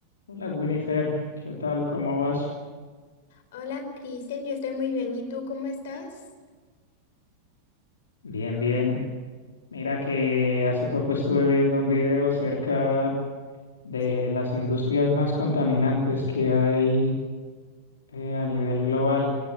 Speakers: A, on the left; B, on the left.
A: Hola Winifred, ¿qué tal? ¿Cómo vas?
B: Hola, Kristen, yo estoy muy bien. ¿Y tú cómo estás?
A: Bien, bien. Mira que hace poco estuve viendo un video acerca de
B: Sí.
A: las industrias más contaminantes que hay eh, a nivel global